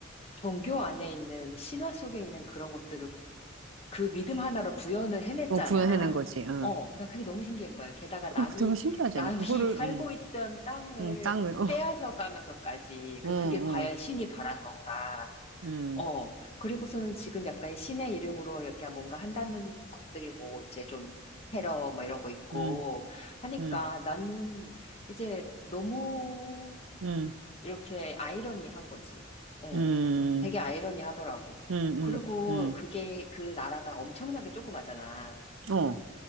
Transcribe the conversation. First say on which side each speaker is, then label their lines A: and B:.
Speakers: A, on the left; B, on the right.
A: 종교 안에 있는 신화 속에 있는 그런 것들을 그 믿음 하나로 구현을 해냈잖아.
B: 어, 구현해낸 거지, 응.
A: 어, 나 그게 너무 신기한 거야. 게다가
B: 그거
A: 남이,
B: 되게 신기하지
A: 남이
B: 않냐? 그거를,
A: <laughs> 살고
B: 음,
A: 있던 땅을
B: 음, 땅을, 어.
A: 빼앗아 가면서까지, 그,
B: 응,
A: 그게 과연
B: 응,
A: 신이 바란 건가.
B: 응,
A: 어, 그리고서는 지금 약간 신의 이름으로 이렇게 뭔가 한다는 것들이 뭐 이제 좀 테러 뭐 이런 거 있고
B: 응,
A: 하니까
B: 응, 응,
A: 나는 이제 너무
B: 응,
A: 이렇게 아이러니한 거지. 어,
B: 응,
A: 되게 아이러니하더라고.
B: 응,
A: 그리고
B: 응, 응,
A: 그게 그 나라가 엄청나게 조그마잖아.
B: 어,